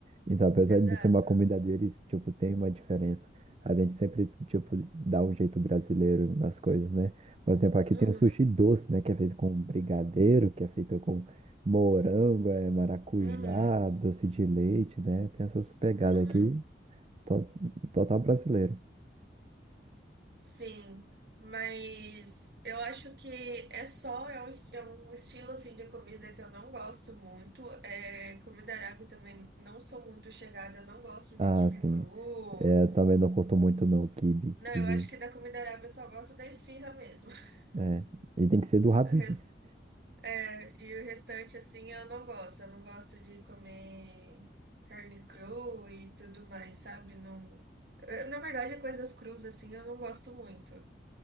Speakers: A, on the right (about 35°); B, on the right (about 60°).
A: Então, apesar
B: Exato.
A: de ser uma comida deles, tipo, tem uma diferença. A gente sempre, tipo, dá um jeito brasileiro nas coisas, né? Por exemplo, aqui
B: Uhum,
A: tem o sushi doce, né? Que é feito com brigadeiro, que é feito com morango, é, maracujá,
B: uhum,
A: doce de leite, né? Tem essas pegadas
B: uhum.
A: aqui, to- total brasileira.
B: Sim, mas eu acho que é só, é um, es- é um estilo assim de comida que eu não gosto muito. É, comida árabe também não sou muito chegada, não gosto
A: Ah,
B: de quibe
A: sim.
B: cru.
A: É, também não curto muito, não, quibe,
B: Não,
A: quibe,
B: eu acho que da comida árabe eu só gosto da esfirra mesmo. <laughs>
A: né? E tem que ser do Habib's.
B: O res- É, e o restante assim eu não gosto. Eu não gosto de comer carne crua e tudo mais, sabe? Não, eh, na verdade, coisas cruas assim eu não gosto muito.